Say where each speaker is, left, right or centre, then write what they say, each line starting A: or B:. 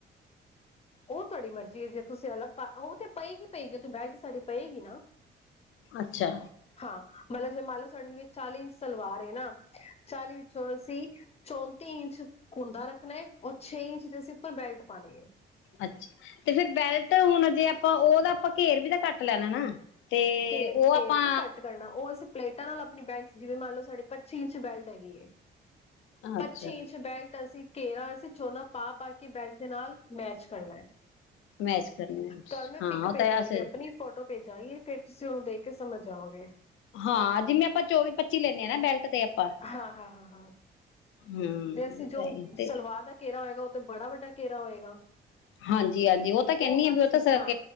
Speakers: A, on the left; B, on the left.
A: ਉਹ ਤੁਹਾਡੀ ਮਰਜ਼ੀ ਹੈ, ਜੇ ਤੁਸੀਂ ਅਲੱਗ ਉਹ ਤੇ ਪਏਗੀਈ, ਪਈਗੀ ਉਥੇ ਬੈਲਟ ਸਾਡੀ ਪਏਗੀ ਨਾ।
B: ਅੱਛਾ।
A: ਹਾਂ ਮਤਲਬ ਜੇ ਮੰਨ ਲਓ ਸਾਡੇ ਜਿਵੇਂ ਚਾਲੀ ਇੰਚ ਸਲਵਾਰ ਏ ਨਾ ਚਾਲੀ ਚੋ ਅਸੀ ਚੌ ਤੇਹੀ ਇੰਚ ਕੁੰਦਾ ਰੱਖਣਾ ਔਰ ਛੇ ਇੰਚ ਅਸੀਂ ਉੱਪਰ ਬੈਲ ਪਾਣੀਏ।
B: ਅੱਛਾ, ਤੇ ਫੇਿਰ ਬੈਲਟ ਹੁਣ ਅਜੇ ਤੇ ੳਹਦਾ ਆਪਾਂ ਘੇਰ ਵੀ ਤਾਂ ਘੱਟ ਲੈਣਾ ਨਾ। ਤੇ
A: ਘੇਰ
B: ਉਹ
A: -ਘੇਰ
B: ਆਪਾਂ
A: ਨੀ ਘਟ ਕਰਨਾ ਉਹ ਅਸੀਂ ਪਲੇਟਾਂ ਨਾਲ ਆਪਣੀ ਬੈਲਟ ਜਿਵੇਂ ਮੰਨ ਲਓ ਸਾਡੇ ਪੱਚੀ ਇੰਚ ਬੈਲਟ ਹੈਗੀ ਹੈ। ਪੱਚੀ
B: ਅੱਛਾ
A: ਇੰਚ ਬੈਲ ਅਸੀਂ ਘੇਰ ਅਸੀਂ ਚੋਨਾ ਪਾ-ਪਾ ਕੇ ਬੈਲਟ ਦੇ ਨਾਲ ਮੈਚ ਕਰਨਾ ਹੈ।
B: ਮੈਚ ਕਰਨਾ
A: ਤੁਹਾਨੂੰ ਮੈਂ
B: ਹਾਂ
A: ਪਿੱਕ
B: ਉਹ
A: ਭੇਜਾਂਗੀ
B: ਤਾਂ ਅਸੀ
A: ਆਪਣੀ ਫੋਟੋ ਭੇਜਾਂਗੀ ਫੇਰ ਤੁਸੀਂ ਉਹਨੂੰ ਦੇਖ ਕੇ ਸਮਝ ਜਾਓਗੇ।
B: ਹਾਂ ਜਿਵੇਂ ਆਪਾਂ ਚੌਵੀ-ਪੱਚੀ ਲੈਂਦੇ ਹਾ ਨਾ ਬੈਲਟ। ਤੇ ਆਪਾਂ
A: ਹਾਂ-ਹਾਂ-ਹਾਂ-ਹਾਂ।
B: ਹਮ
A: ਤੇ ਅਸੀਂ,
B: ਤਾਂ
A: ਜੋ
B: ਤੇ
A: ਸਲਵਾਰ ਦਾ ਘੇਰਾ ਹੋਏਗਾ ਬੜਾ ਵੱਡਾ ਘੇਰਾ ਹੋਏਗਾ।
B: ਹਾਂਜੀ ਹਾਂਜੀ ਤਾਂ ਕਹਿੰਦੀ
A: ਉਹ
B: ਆ ਵੀ
A: ਅਸੀਂ
B: ਤਾਂ ਸਰ
A: ਹਾਂ